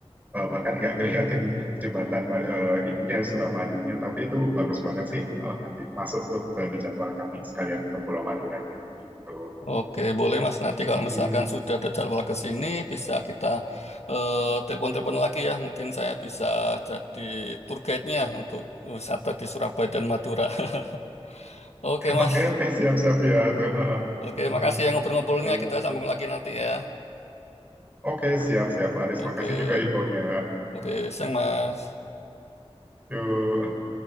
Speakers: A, on the right; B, on the left.
A: Eh, bahkan nggak ngeliatin jembatan ma- eh, ininya Suramadunya tapi itu bagus banget sih Eh, nanti masuk tuh ke jadwal kami sekalian ke Pulau Maduranya gitu.
B: Oke, boleh Mas. Nanti kalau
A: Mm.
B: misalkan sudah ada jadwal ke sini, bisa kita eh, telepon-telepon lagi ya. Mungkin saya bisa jadi tour guide-nya untuk wisata di Surabaya dan Madura. <laughs> Oke, Mas.
A: Oke, oke, siap, siap ya tuh. ha, ha.
B: Oke,
A: Mm-mm.
B: makasih ya ngobrol-ngobrolnya.
A: Oke,
B: Kita sambung lagi nanti ya.
A: oke, siap, siap, Aris.
B: Oke,
A: Makasih juga infonya.
B: oke, sayang Mas.
A: Yuk.